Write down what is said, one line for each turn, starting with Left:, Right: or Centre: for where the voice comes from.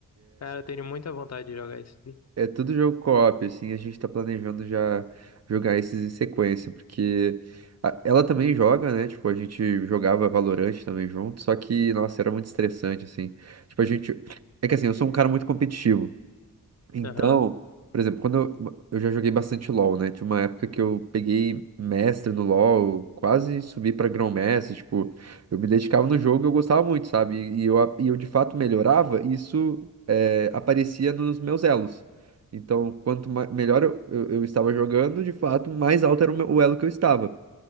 Left: Cara, eu tenho muita vontade de jogar isso aí.
Right: É tudo jogo co-op, assim, a gente tá planejando já jogar esses em sequência, porque a- ela também joga, né? Tipo, a gente jogava Valorant também junto, só que, nossa, era muito estressante, assim. Tipo, a gente. É que assim, eu sou um cara muito competitivo. Então,
Left: Aham,
Right: por exemplo, quando eu, eu já joguei bastante LoL, né? Tinha uma época que eu peguei mestre no LoL, quase subi pra grão-mestre, tipo, eu me dedicava no jogo e eu gostava muito, sabe? E eu, a- e eu de fato melhorava, e isso é, aparecia nos meus elos. Então, quanto ma- melhor eu, eu, eu estava jogando, de fato, mais alto era o, meu- o elo que eu estava.